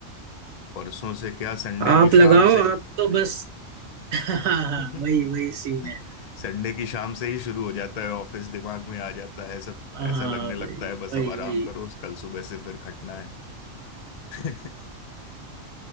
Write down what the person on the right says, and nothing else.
आप
लगाओ
आप तो बस <laughs> हाँ हाँ
वही वही सीन है
हाँ
भाई
वही
वही